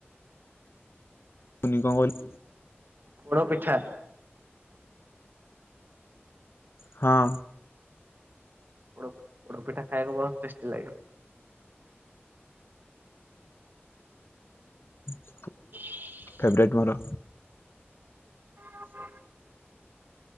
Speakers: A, on the left; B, on the right.
A: ତୁନି କ କଇ
B: ପୋଡପିଠା
A: ହଁ।
B: ପୋଡ ପୋଡପିଠା ଖାଇବାକୁ ବହୁତ ଟେଷ୍ଟି ଲାଗେ।
A: ହୁଁ।
B: <inaudible>
A: ଫେବରେଟ୍ ମୋର।
B: ଆଚ୍ଛା।